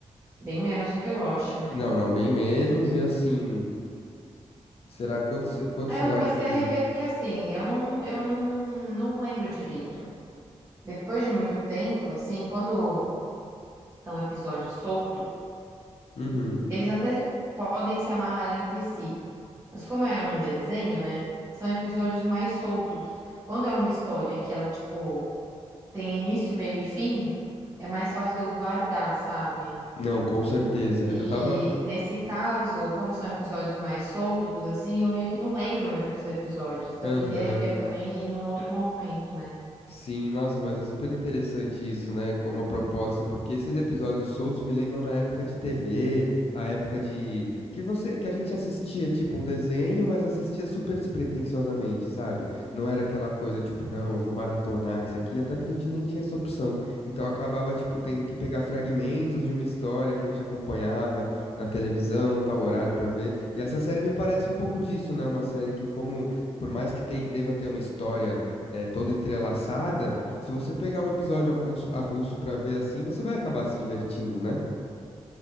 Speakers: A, on the right; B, on the left.
A: bem menos do que Lost, né?
B: Não, não, bem menos. E assim, será quanto, se- quanto
A: Aí
B: será
A: eu comecei
B: que.
A: a rever porque, assim, eu não, eu não, não lembro direito. Depois de muito tempo, assim, quando são episódios soltos,
B: Uhum.
A: Eles até se- podem se amarrar entre si, mas como é um desenho, né? São episódios mais soltos. Quando é uma história que ela, tipo, tem início, meio e fim, é mais fácil de eu guardar, sabe?
B: Não, com certeza.
A: E
B: Eu tava.
A: nesse caso, como são episódios mais soltos, assim, eu meio que não lembro muitos episódios. Então
B: Aham.
A: eu queria rever também num outro momento, né?
B: Sim, nossa, mas é super interessante isso, né? Como a proposta, porque esses episódios soltos me lembram na época de TV, a época de que você, que a gente assistia tipo um desenho, mas assistia super despretensiosamente, sabe? Não era aquela coisa tipo, não, eu vou maratonar esse aqui, até porque a gente nem tinha essa opção. Então acabava tipo tendo que pegar fragmentos de uma história que a gente acompanhava na televisão, tal horário pra ver. E essa série me parece um pouco disso, né? Uma série que como por mais que tem- deva ter uma história é, toda entrelaçada, se você pegar um episódio avulso, avulso para ver assim, você vai acabar se divertindo, né?